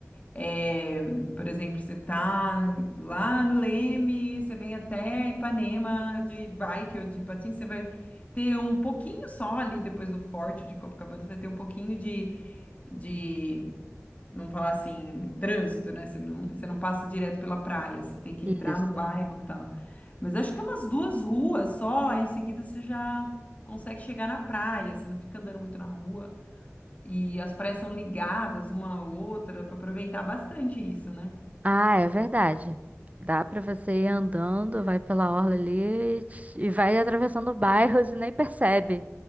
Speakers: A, on the left; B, on the right.
A: É, por exemplo, você tá lá no Leme, você vem até Ipanema de bike ou de patins, você vai ter um pouquinho só ali depois do Forte de Copacabana, você vai ter um pouquinho de de vamos falar assim, trânsito, né? Você não, você não passa direto pela praia, você tem que entrar
B: Isso.
A: no bairro e tal. Mas acho que é umas duas ruas só, aí em seguida você já consegue chegar na praia, você não fica andando muito na rua. E as praias são ligadas uma à outra, para aproveitar bastante isso, né?
B: Ah, é verdade. Dá para você ir andando, vai pela orla ali e e vai atravessando bairros e nem percebe.